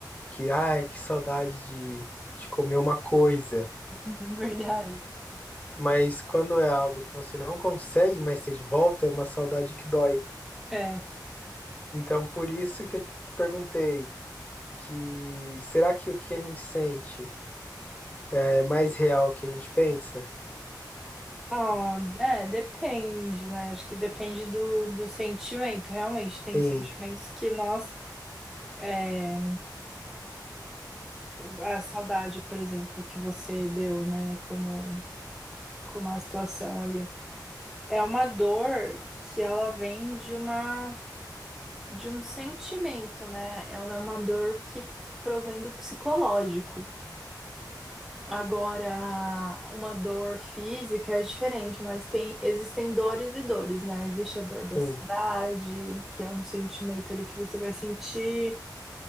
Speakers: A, on the left; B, in the centre.
A: que, ai, que saudade de, de comer uma coisa.
B: <laughs> Uhum, Verdade.
A: Mas quando é algo que você não consegue mais ter de volta, é uma saudade que dói.
B: É.
A: Então, por isso que eu te perguntei que será que o que a gente sente é mais real que a gente pensa?
B: Ah, é, depende, né? Acho que depende do, do sentimento, realmente. Tem
A: Sim,
B: sentimentos que nós. é, a saudade, por exemplo, que você deu, né? Como, como a situação ali. É uma dor que ela vem de uma, de um sentimento, né? Ela é uma dor que provém do psicológico. Agora, uma dor física é diferente, mas tem, existem dores e dores, né? Existe a dor da
A: sim.
B: saudade, que é um sentimento ali que você vai sentir,